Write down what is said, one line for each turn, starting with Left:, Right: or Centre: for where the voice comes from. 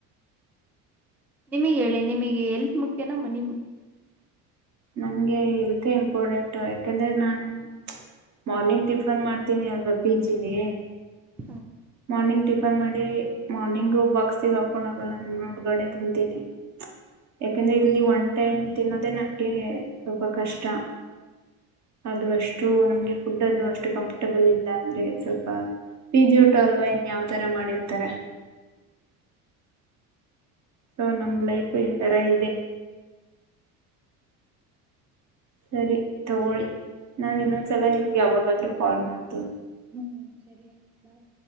Centre: ನಿಮಗೆ ಹೇಳೆ ನಿಮಗೆ ಎಲ್ತ್ ಮುಖ್ಯನಾ ಮನಿ ಮುಖ್ಯನಾ
Right: ನಂಗೆ ಎಲ್ತ್ ಇಂಪಾರ್ಟೆಂಟ್ ಯಾಕೆಂದ್ರೆ ನಾನು ಮಾರ್ನಿಂಗ್ ಟಿಫನ್ ಮಾಡ್ತೀನಿ ಅಲ್ವಾ ಪೀಜಲಿ
Centre: ಹಾ
Right: ಮಾರ್ನಿಂಗ್ ಟಿಫನ್ ಮಾಡಿ ಮಾರ್ನಿಂಗ್ ಬಾಕ್ಸ ಹಾಕೊಂಡ್ ಹೋಗಲ್ಲಗಡೆ ತಿಂತೀನಿ ಯಾಕಂದ್ರೆ ಇಲ್ಲಿ ಒನ್ ಟೈಮ್ ತಿನ್ನೋದೆೇ ನಮಗೆ ಸ್ವಲ್ಪ ಕಷ್ಟ ಅದು ವರ್ಷ ನಮಗೆ ಫುಡ್ ಅದು ಅಷ್ಟು ಕಂಫರ್ಟಬಲ್ ಇಲ್ಲ ಅಂದ್ರೆ ಸ್ವಲ್ಪ ಪ ಲ್ವಾ ಇನ್ ಯಾವ ತರ ಮಾಡಿರ್ತಾರೆ ಸೊ ನಮ್ ಲೈಫು ಈ ತರ ಇದೆ ಸರಿ ತಗೊಳ್ಳಿ ನಾನು ಇನ್ನೊಂದ್ಸಲ ನಿಮ್ಗೆ ಯಾವಾಗಾದ್ರೂ ಕಾಲ್ ಮಾಡ್ತೀನಿ
Centre: ಹ್ಮ್ ಸರಿಯ್ ಬಾಯ್